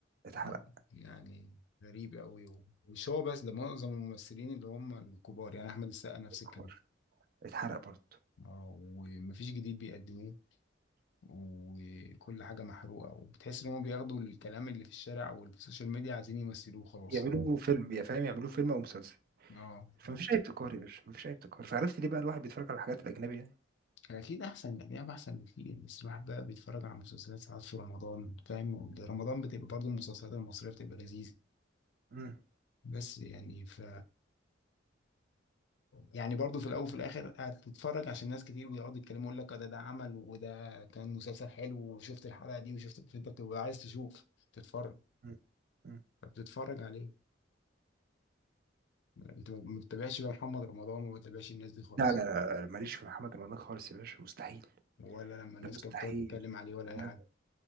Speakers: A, on the right; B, on the left.
A: اتحرق
B: اه يعني غريب قوي مش هو بس ده معظم الممثلين اللي هم الكبار يعني احمد السقا نفس
A: الكبار
B: الكلام
A: اتحرق برضه
B: اه ومفيش جديد بيقدموه وكل حاجه محروقه وبتحس ان هم بياخدوا الكلام اللي في الشارع واللي في السوشيال ميديا عايزين يمثلوه خلاص
A: يعملوا فيلم يا فاهم يعملوا فيلم او مسلسل
B: اه
A: فمفيش اي ابتكار يا باشا مفيش اي ابتكار فعرفت ليه بقى الواحد بيتفرج على الحاجات الاجنبي يعني
B: اكيد احسن الاجنبي احسن بكتير بس الواحد بقى بيتفرج على مسلسلات ساعات في رمضان فاهم رمضان بتبقى برضه المسلسلات المصريه بتبقى لذيذه
A: مم.
B: بس يعني ف يعني برضو في الاول وفي الاخر هتتفرج عشان ناس كتير بيقعدوا يتكلموا يقول لك آه ده ده عمل وده كان مسلسل حلو وشفت الحلقه دي وشفت فانت بتبقى عايز تشوف تتفرج
A: مم. مم.
B: فبتتفرج عليه انت ما ما بتتابعش بقى محمد رمضان وما بتتابعش الناس دي خالص
A: لا لا لا لا، ماليش في محمد رمضان خالص يا باشا مستحيل
B: ولا لما الناس
A: ده مستحيل
B: كانت بتقعد تتكلم عليه ولا
A: لا
B: اي حاجه
A: لا،